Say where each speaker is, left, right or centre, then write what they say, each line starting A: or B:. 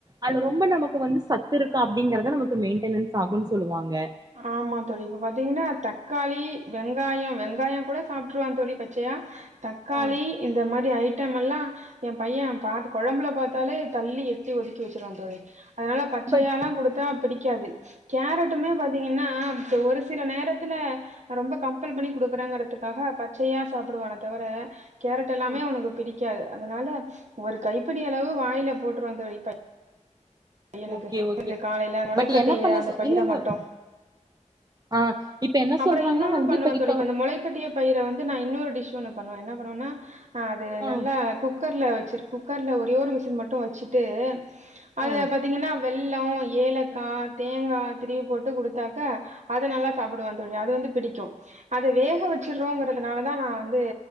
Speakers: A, on the right (about 30°); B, on the right (about 70°).
A: அதுல ரொம்ப நமக்கு வந்து சத்து இருக்கா அப்படிங்கிறத நமக்கு மெயின்டனன்ஸ் ஆகும்னு சொல்லுவாங்க
B: ஆமா தோழி இப்ப பாத்தீங்கன்னா தக்காளி வெங்காயம் வெங்காயம் கூட சாப்பிட்டுருவான் தோழி பச்சையா தக்காளி
A: ஆ
B: இந்த மாதிரி ஐ டைம் எல்லாம் என் பையன் பா குழம்புல பாத்தாலே தள்ளி எட்டி ஒதுக்கி வச்சுருவான் தோழி அதன பச்சயல்லாம்
A: பட்
B: கொடுத்தா பிடி பிடிக்காது கேரட்டுமே பாத்த பாத்தீங்கன்னா இப்ப ஒரு சில நேரத்துல ரொம்ப கம்பல் பண்ணி குடுக்குறாங்கறதுக்காக பச்சையா சாப்பிடுவான தவிர கேரட் எல்லாமே
A: ஆ
B: உனக்கு பிடி புடிக்காது அதனால ஒரு கைப்பிடி அளவு வாயில போட்டுறுவேன் தோழி பையனுக்கு
A: ஓகே ஓகே
B: காலையில முளைக்கட்டிய
A: பட் என்ன பண்ண
B: அந்த
A: சொ
B: பயிரை
A: இல்லைங்க
B: மட்டும்
A: ஆ இப்ப என்ன
B: அப்புறம்
A: சொல்றாங்கன்னா
B: இன்னொன்னு
A: வந்து
B: பண்ணுவேன்
A: இப்ப இப்ப
B: தோழி அந்த முளைக்கட்டிய பயிர வந்து நான் இன்னொரு டிஷ் ஒண்ணு பண்ணுவே என்ன பண்ணுவனா ஆஹ அ
A: ஆ
B: நல்லா குக்கர்ல சரி குக்கர்ல ஒரே ஒரு விஷில் மட்டும் வச்சுட்டு அத
A: ஆ
B: பத்தி ஏன்னா வெள்ளம் ஏலக்காய் தேங்காய் திரிவி போட்டு குடுத்தாக்க அதை நல்லா சாப்பிடுவான் தோழி அது வந்து பிடிக்கும் அதை வேக வச்சறோங்கறிறதுனால தான் நான் வந்து